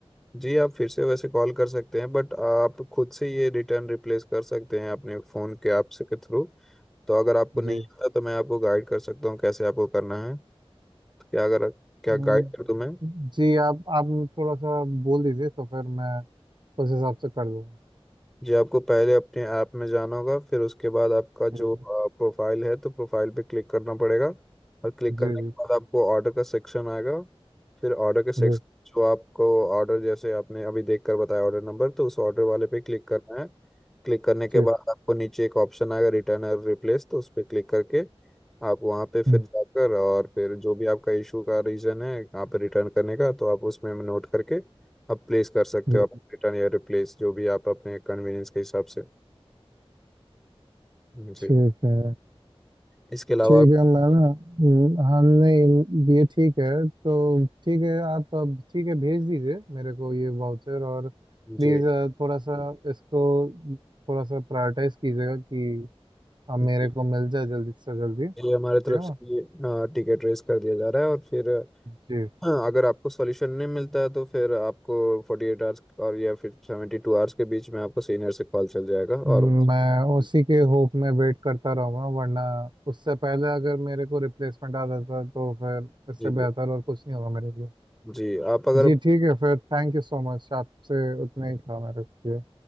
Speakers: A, in the centre; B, on the right.
A: जी आप फिर से वैसे कॉल कर सकते हैं बट आप खुद से ये रिटर्न रिप्लेस कर सकते हैं अपने फ़ोन के ऐप से के थ्रू तो अगर आपको नहीं
B: जी
A: आता तो मैं आपको गाइड कर सकता हूँ कैसे आपको करना है क्या अगर क्या
B: हम्म,
A: गाइड कर दूँ मैं
B: जी आप आप थोड़ा सा बोल दीजिए तो फिर मैं उस हिसाब से कर लूँगा
A: जी आपको पहले अपने ऐप में जाना होगा फिर उसके बाद आपका
B: ठीक
A: जो
B: है
A: प्रोफाइल है तो प्रोफाइल पे क्लिक करना पड़ेगा और क्लिक
B: जी
A: करने
B: जी
A: के बाद आपको ऑर्डर का सेक्शन आएगा फिर ऑर्डर के सेक्शन
B: जी
A: जो आपको ऑर्डर जैसे आपने अभी देख कर बताया ऑर्डर नंबर तो उस ऑर्डर वाले पे क्लिक करना है क्लिक करने के
B: ठीक
A: बाद आपको नीचे एक ऑप्शन आएगा रिटर्न और रिप्लेस तो उस पर क्लिक करके आप वहाँ पे फिर
B: हम्म,
A: जाकर और फिर जो भी आपका इशू का रीज़न है यहाँ पे रिटर्न करने का तो आप उसमें नोट करके आप प्लेस कर सकते
B: जी
A: हो आप रिटर्न या रिप्लेस जो भी आप अपने कन्वीनियंस के हिसाब से जी
B: ठीक है
A: इसके अलावा
B: ठीक है मैं ना हम्म, हाँ नहीं ये ठीक है तो ठीक है आप अब ठीक है भेज दीजिए मेरे को ये वाउचर और प्लीज़
A: जी
B: थोड़ा सा इसको थोड़ा सा प्रायोरिटाइज कीजिएगा कि अब मेरे
A: जी
B: को मिल जाए जल्दी से जल्दी
A: ये हमारे
B: ठीक
A: तरफ
B: है
A: से
B: ना
A: ये टिकट रेस कर दिया जा रहा है और फिर
B: जी
A: अ, अगर आपको सॉल्यूशन नहीं मिलता है तो फिर आपको फोर्टी एट आवर्स और या फिर सेवेंटी टू आवर्स के बीच में आपको सीनियर से कॉल चल जाएगा
B: हम्म,
A: और
B: मैं
A: जी
B: उसी के होप में वेट करता रहूँगा वरना उससे पहले अगर मेरे को रिप्लेसमेंट आ जाता तो फिर इससे
A: जी जी
B: बेहतर और कुछ नहीं होगा मेरे लिए
A: जी, आप अगर
B: जी ठीक है फिर थैंक यू सो मच आपसे उतना ही था मेरे लिए